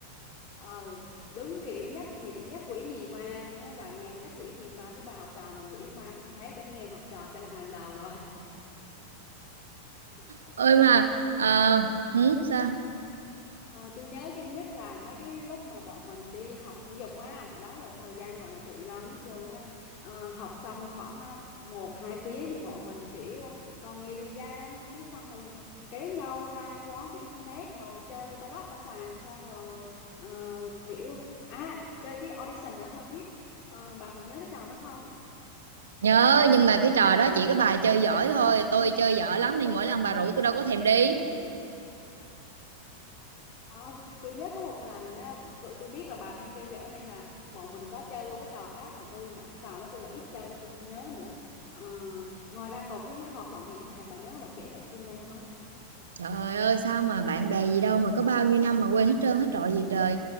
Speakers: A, on the left (about 35°); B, on the right (about 65°).
A: Ờ, đúng kiểu nhắc nhẹ- nhắc quỷ nhì ma luôn á bà nghe nhắc quỷ nhì ma thứ ba học trò mà quỷ ma không thấy tới cái học trò sẽ là hàng đầu rồi. <laughs>
B: Ơi mà ờ, hử,
A: Ừ.
B: sao?
A: Ờ, tôi nhớ cái nhất là mấy cái lúc mà bọn mình đi học thể dục á đó là thời gian gọi là tự do nhất luôn á Ờ, học xong khoảng ờ, một hai tiếng thì bọn mình kiểu ờ, còn nhiều thời gian cái xong rồi kéo nhau ra quán cái internet ngồi chơi ba lắp ba xàm xong rồi ờ, kiểu à chơi cái audition nữa không biết ờ, bà còn nhớ cái trò đó không
B: nhớ nhưng mà cái trò đó chỉ có bà chơi giỏi thôi tôi chơi dở lắm nên mỗi lần bà rủ tôi đâu có thèm đi
A: không tôi nhớ có một lần á tôi tôi biết là bà không chơi dở nên là bọn mình có chơi qua cái trò khác mà tôi lại cái trò đó tôi là ít chơi nên tôi không nhớ nữa ờ, ngoài ra còn cái hoạt động gì nữa Hà bà nhớ mà kể lại cho tôi nghe với
B: Trời ơi sao mà bạn bè gì đâu mà có bao nhiêu năm mà quên hết trơn hết trọi gì trời.